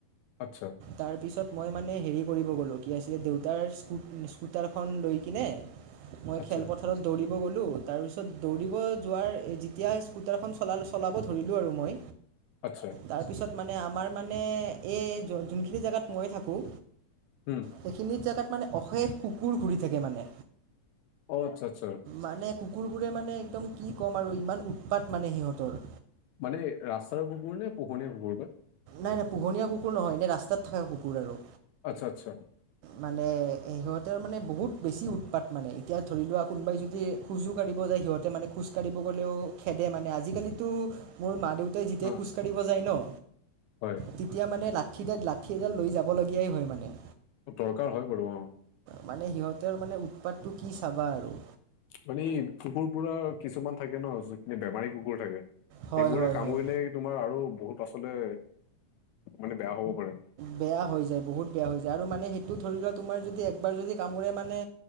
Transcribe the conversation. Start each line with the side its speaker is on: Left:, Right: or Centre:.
Left: আচ্ছা
Right: তাৰ পিছত মই মানে হেৰি কৰিব গ'লো। কি আছিল, দেউতাৰ্ স্কুটাৰ খন লৈ কিনে। মই
Left: আচ্ছা
Right: খেল পথাৰত দৌৰিব গলো। তাৰপিছত দৌৰিব যোৱাৰ যেতিয়া স্কুটাৰ খন চলালো, চলাব ধৰিলো আৰু মই।
Left: আচ্ছা
Right: তাৰপিছত আমাৰ মানে মানে এই যোনখিনি জেগাত মই থাকোঁ।
Left: উম
Right: সেইখিনি জেগাত মানে অশেষ কুকুৰ ঘূৰি থাকে মানে।
Left: অ', আচ্ছা-আচ্ছা।
Right: মানে কুকুৰবোৰে মানে একদম কি কম আৰু ইমান উৎপাত মানে সিহঁতৰ।
Left: মানে ৰাস্তাৰ কুকুৰ নে পোহনীয়া কুকুৰ বা?
Right: নাই-নাই পোহনীয়া কুকুৰ নহয়, এনেই ৰাস্তাত থকা কুকুৰ আৰু।
Left: আচ্ছা-আচ্ছা।
Right: মানে সিহঁতৰ মানে বহুত বেছি উৎপাত মানে। এতিয়া ধৰি লোৱা কোনোবাই যদি খোযো কাঢ়িব যায় সিহঁতে মানে খোজকাঢ়িব গলেও খেদে মানে। আজিকালিটো মোৰ মা ই যেতিয়াই
Left: হা
Right: খোজ কাঢ়িব যায় ন,
Left: হয়
Right: তেতিয়া মানে ল লাঠিডাল লাঠী এডাল লৈ যাবলগীয়াই হয় মানে।
Left: দৰকাৰ হয় বাৰু অ'।
Right: মানে সিহঁতৰ মানে উৎপাতটো কি চাবা আৰু।
Left: মানে কুকুৰ পুৰা কিছুমান থাকে ন, যিখনে বেমাৰী কুকুৰ থাকে।
Right: হয়
Left: সেইবোৰে
Right: হয়
Left: কামুৰিলে
Right: হয়
Left: তোমাৰ আৰু বহুত আচতে মানে বেয়া হব পাৰে।
Right: বেয়া হৈ যায় বহুত বেয়া হৈ যায় আৰু মানে সেইটো ধৰি লোৱা তোমাৰ যদি এক একবাৰ যদি কামোৰে মানে